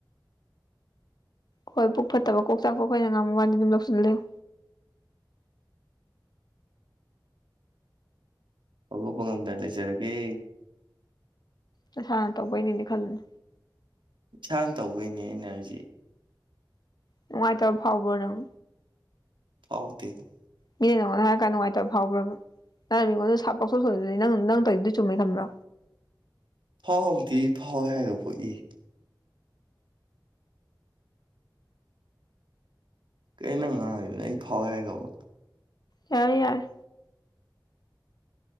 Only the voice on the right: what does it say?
ꯍꯧꯗꫭꯛꯄ ꯉꯝꯗꯅ ꯂꯩꯖꯔꯒꯦ꯫
ꯏꯁꯥꯅ ꯇꯧꯕꯩꯅꯦ ꯑꯩꯅ ꯍꯧꯏꯖ‌ꯦ
ꯍꯥꯎꯗ‌ꯦ꯫
ꯐꯥꯎꯗꯦ ꯐꯥꯎꯋꯦ ꯍꯥꯏꯒꯔꯕꯣ ꯑꯦ ꯀꯩꯅꫭ ꯅꯪ ꯉꯥꯡꯉꯤꯗꯨꯅ ꯑꯩ ꯐꯥꯎꯋꯦ ꯍꯥꯏꯒꯕꯣ